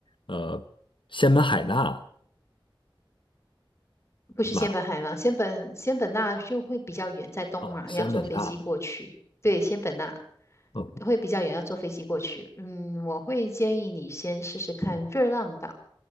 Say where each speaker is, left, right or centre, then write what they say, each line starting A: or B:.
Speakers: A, on the left; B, on the left.
A: 呃仙本海纳
B: 不是仙本海吗？
A: 马
B: 仙本仙本那就会比较远，在东马，
A: 哦仙本那
B: 你要坐飞机过去。对，仙本那
A: 哦
B: 会比较远，要坐飞机过去。嗯，我会建议你先试试看《热浪岛》